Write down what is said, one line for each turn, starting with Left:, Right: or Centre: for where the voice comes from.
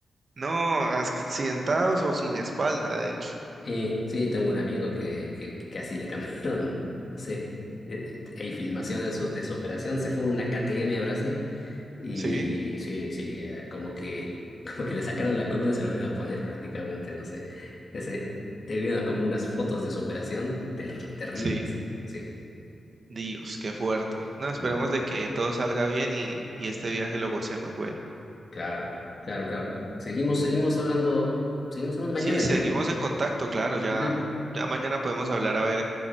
Right: No, accidentados o sin espalda, de hecho.
Left: Eh, sí, tengo un amigo que, que, que así le cambiaron, <laughs> no sé, eh, hay filmaciones de su, de su operación, se fue a una KTM a Brasil y
Right: Sí,
Left: sí, sí, eh, como que, <laughs> como que le sacaron la columna y se lo vieron a poner prácticamente, no sé. Ese, te vieron como unas fotos de su operación ter- terribles.
Right: sí.
Left: Sí,
Right: Dios, qué fuerte. No, esperemos
Left: Mm,
Right: de que todo salga bien y, y este viaje lo gocemos. Bueno,
Left: claro, claro, claro. Seguimos, seguimos hablando, seguimos hablando
Right: sí,
Left: mañana,
Right: seguimos
Left: ¿ya?
Right: en contacto, claro, ya,
Left: Ujú.
Right: ya mañana podemos hablar a ver